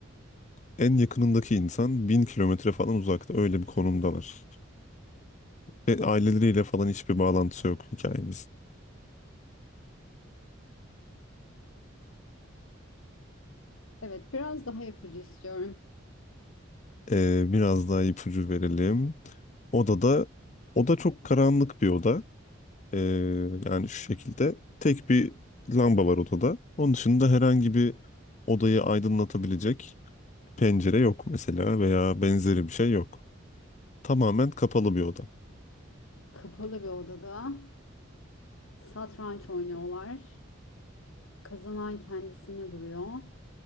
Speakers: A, on the left (about 35°); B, on the left (about 90°).
A: en yakınındaki insan bin kilometre falan uzakta öyle bir konumdalar. Ve aileleriyle falan hiçbir bağlantısı yok hikayemizin.
B: Evet, biraz daha ipucu istiyorum.
A: Ee, biraz daha ipucu verelim. Odada, oda çok karanlık bir oda. Ee, yani şu şekilde tek bir lamba var odada. Onun dışında herhangi bir odayı aydınlatabilecek pencere yok mesela veya benzeri bir şey yok. Tamamen kapalı bir oda.
B: Kapalı bir odada satranç oynuyorlar. Kazanan kendisini vuruyor.